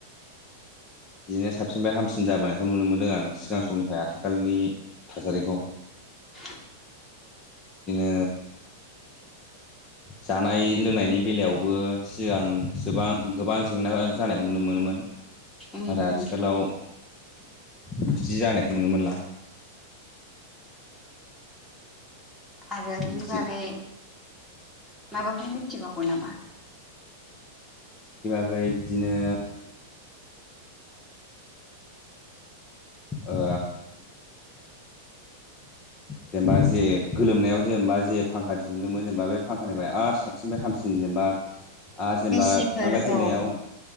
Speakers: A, on the left; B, in the centre.
A: बिदिनो साबसिनफ्राय हामसिन जाबोनायखौ नुनो मोनदों आं सिगां समनिफ्राय आथिखालनि थासारिखौ।
B: <inaudible>
A: बिदिनो। जानाय लोंनायनि बेलायावबो सिगां गोबां जेंना जानायखौ नुनो मोनो मोन। मोन
B: उम
A: आरो
B: उम
A: आथिखालाव। बिदि जानायखौ नुनो मोनला।
B: आरो
A: बिदि
B: बिनि बागै माबाफोर मिथिबावो नामा?
A: ओमफ्राय बिदिनो। ओ।
B: <inaudible>
A: जेनेबा जे गोलोमनायाव जेनेबा जे फांखा दिहुनदोंमोन जेनेबा बे फांखानिफ्राय आरो साबसिननिफ्राय हामसिन जे। बा आरो जेनेबा
B: गिसिफोर
A: थांलाय फैलायाव।
B: औ